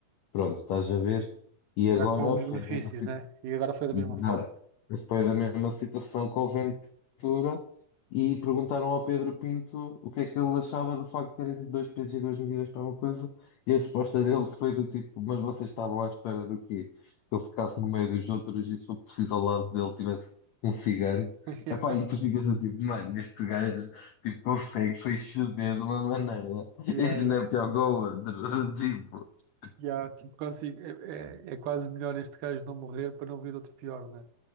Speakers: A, on the left; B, on the right.
A: pronto, estás a ver? E agora
B: Já com alguns benefícios,
A: foi mesmo assim.
B: né? E agora foi da
A: Exato.
B: mesma forma.
A: Foi da mesma situação com o Ventura e perguntaram ao Pedro Pinto o que é que ele achava do facto de terem dois pesos e duas medidas para uma coisa e a resposta dele foi do tipo, mas vocês estavam à espera do quê? Que ele ficasse no meio dos outros e se for preciso ao lado dele tivesse um cigano.
B: <laughs>
A: Epá, e tu ficas a tipo, mano, este gajo tipo, consegue se exceder de uma maneira.
B: Yeah,
A: Este
B: yeah.
A: não é pior que o outro. <laughs>
B: Yeah, tipo, consigo. É, é, é quase melhor este gajo não morrer para não vir outro pior, né?